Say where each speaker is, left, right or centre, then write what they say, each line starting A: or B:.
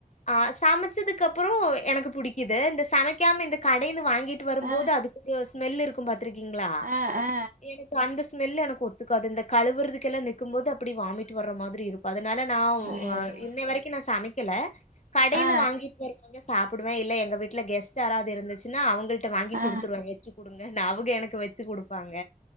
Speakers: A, on the left; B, on the right.
A: ஆ சமைச்சதுக்கு அப்புறோ எனக்கு புடிக்குது இந்த சமைக்காம இந்த கடைந்து வாங்கிட்டு வரும்போது
B: ஆ
A: அது ஒரு ஸ்மெல்லு இருக்கு பாத்திருக்கீங்ளா
B: ஆ ஆ
A: எனக்கு அந்த ஸ்மெல்லு எனக்கு ஒத்துக்காது இந்த கழுவுறதுக்கெல்லா நிக்கும்போது அப்படி வாமிட் வர்ற மாதிரி இருக் அதனால நா
B: ஐயயோ
A: வ இன்னை வரைக்கு நா சமைக்கல கடைந்து
B: ஆ
A: வாங்கிட்டு வரு சாப்புடுவ இல்ல எங்க வீட்ல கெஸ்ட் யாராது இருந்துச்சுன்னா அவுங்கள்ட்ட வாங்கி
B: ஆ ஆ
A: குடுத்துருவ வெச்சு குடுங்க நா அவுங்க எனக் க்கு வெச்சு குடுப்பாங்க